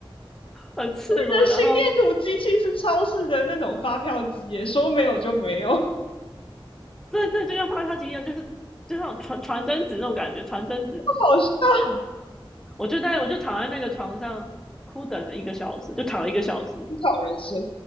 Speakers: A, in the centre; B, on the left (about 70°).
A: 很赤裸。
B: 的心电图机器是超市的那种发票机耶，
A: 然后
B: 说没有就没有，<laughs>
A: 这这就像发烧机一样，就是就像传传真纸那种感觉，传真纸
B: 好笑，
A: 啊，我就在我就躺在那个床上哭等了一个小时，就躺了一个小时。
B: 思考人生，